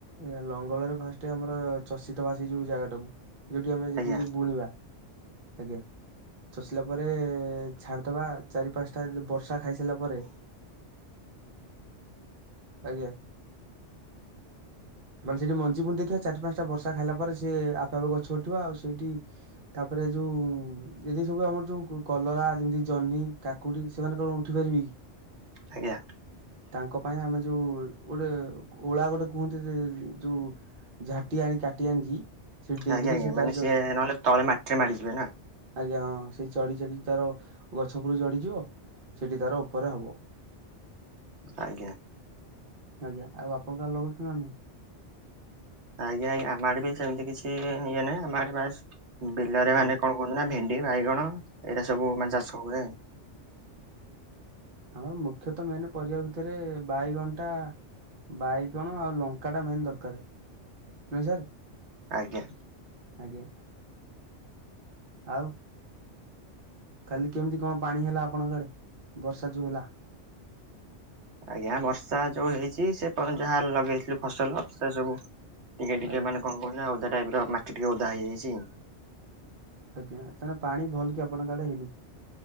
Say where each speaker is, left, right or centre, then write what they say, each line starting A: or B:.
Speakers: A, on the right; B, on the right.
A: ଏ ଲଙ୍ଗଲରେ ଫାଷ୍ଟେ ଆମର ଚଷିଦବା ସେଇ ଯୋଉ ଜାଗାଟାକୁ। ଯୋଉଠି ଆମେ ଯେତିକି
B: ଆଜ୍ଞା
A: ସବୁ ବୁଣିବା ଆଜ୍ଞା। ଚଷିଲା ପରେ ଛାଡ଼ିଦବା ଚାରି ପାଁଶଟା ଏ ଯୋଉ ବର୍ଷା ଖାଇସାରିଲା ପରେ ଆଜ୍ଞା। ମାନେ ସେଇ ଯୋଉ ମଞ୍ଜି ବୁଣି ଦେଇଥିବା ଚାରି ପାଁଶଟା ବର୍ଷା ଖାଇଲା ପରେ ସିଏ ଆପେ ଆପେ ଗଛ ଉଠିବ ଆଉ ସେଇଠି ତାପରେ ଯୋଉ ଏ ଯି ସବୁ ଆମର ଯୋଉ କଲରା, ଯେମିତି ଜହ୍ନି କା ସେମାନେ କଣ ଉଠି ପାରିବେ କି?
B: ଆଜ୍ଞା।
A: ତାଙ୍କ ପାଇଁ ଆମେ ଯୋଉ ଗୋଟେ ଓଳା ଗୋଟେ କୁହନ୍ତି ଯୋଉ ଝାଟି ଆଣି କାଟି ଆଣିକି। ସେଠି ଦେଇଦେଲେ
B: ଆଜ୍ଞା ଆଜ୍ଞା
A: ସେ
B: ମାନେ
A: ତାର
B: ସିଏ ନହଲେ ତଳେ ମାଟିରେ ମାଡିଯିବ ନା।
A: ଆଜ୍ଞା ହଁ ସେ ଚଢି ଚଢି ତାର ଗଛ ଉପୁରୁ ଚଢ଼ି। ଯିବ ସେଠି ତାର ଉପରେ ହବ।
B: ଆଜ୍ଞା
A: ଆଜ୍ଞା ଆଉ ଆପଣ ଲଗଉଛନ୍ତି ନା ନାହିଁ?
B: ଆଜ୍ଞା ଆଜ୍ଞା ଆମ ଆଡେ ସେମିତି କିଛି ଇଏ ନାଇଁ ଆମ ବିଲରେ
A: ଆଜ୍ଞା
B: ମାନେ କଣ କୁ ଭେଣ୍ଡି ବାଇଗଣ ଏଇଟା ସବୁ
A: ଆଜ୍ଞା
B: ମାନେ ଚାଷ ହୁଏ।
A: ଆମର ମୁଖ୍ୟତଃ ମେନ ପରିବା ଭିତରେ ବାଇଗଣଟା। ବାଇଗଣ ଆଉ ଲଙ୍କା ଟା ମେନ୍ ଦରକାର। ନୁହେଁ ସାର୍?
B: ଆଜ୍ଞା
A: ଆଜ୍ଞା ଆଉ କାଲି କେମିତି କଣ ପାଣି ହେଲା ଆପଣଙ୍କ ଆଡେ ବର୍ଷା ଯୋଉ ହେଲା।
B: ଆଜ୍ଞା ବର୍ଷା ଯୋଉ ହେଇଛି ସେ ଯାହା ଲଗେଇଥିଲୁ ଫସଲ ସେ ସବୁ ଟିକେ ଟିକେ
A: ଆଜ୍ଞା
B: ମାନେ କଣ କହୁଛ ଓଦା ଟାଇପ ର ମାଟି ଟିକେ ଓଦା ହେଇଯାଇଛି।
A: ଆଜ୍ଞା ତାହେଲେ ପାଣି ଭଲ କି ଆପଣଙ୍କ ଆଡେ ହେଇନି